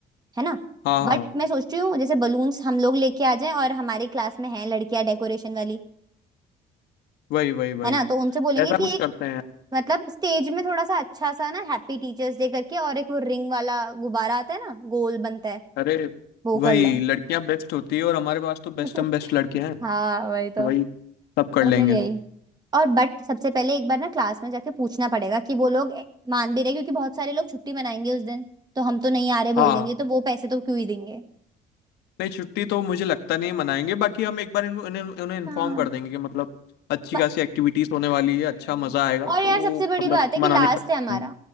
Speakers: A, on the right; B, on the left.
A: है ना
B: हाँ हाँ
A: बट मैं सोच रही हूँ जैसे बलून्स हम लोग लेके आ जाएं और हमारी क्लास में हैं लड़कियां डेकोरेशन वाली
B: वही वही वही
A: है ना तो उनसे बोलेंगे
B: ऐसा
A: कि
B: कुछ करते
A: एक
B: हैं
A: मतलब स्टेज में थोड़ा सा अच्छा सा ना हैप्पी टीचर्स डे करके और एक वो रिंग वाला गुब्बारा आता है ना गोल बनता है
B: अरे
A: वो
B: वही
A: कर लें
B: लड़कियां बेस्ट होती है और हमारे पास तो
A: <laughs>
B: बेस्ट हम बेस्ट लड़के हैं
A: हाँ वही
B: तो
A: तो
B: वही सब कर
A: तो
B: लेंगे
A: फिर यही और बट सबसे पहले एक बार ना क्लास में जाके पूछना पड़ेगा कि वो लोग ए- मान भी रहे क्योंकि बहुत सारे लोग छुट्टी मनाएंगे उस दिन तो हम तो नहीं आ रहे बोल
B: हाँ
A: देंगे तो वो पैसे तो क्यों ही देंगे
B: नहीं छुट्टी तो मुझे लगता नहीं मनाएंगे बाकी हम एक बार इनको- इन्हें उन्हें इन्फॉर्म
A: हाँ
B: कर देंगे कि मतलब अच्छी
A: म-
B: खासी एक्टिविटीज होने वाली है
A: हम्म
B: अच्छा मजा आएगा
A: और
B: तो
A: यार
B: वो
A: सबसे बड़ी
B: मतलब
A: बात है कि
B: मनाने
A: लास्ट
B: का time
A: है हमारा
B: है।